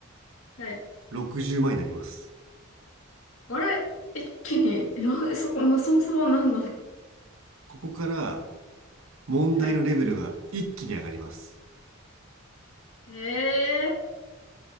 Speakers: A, on the left (about 70°); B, on the right (about 80°).
A: はい。
B: 60万になります。
A: あれ一気に、え、なんで、そこの、その差は何なの
B: ここから問題のレベルが一気に上がります。
A: はい。ええ